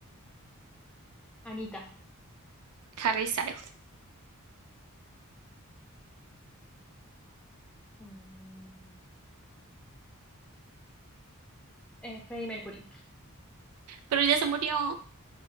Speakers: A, in the centre; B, on the right.
A: Anita.
B: Harry Styles.
A: Mm, eh, Freddie Mercury.
B: Pero él ya se murió.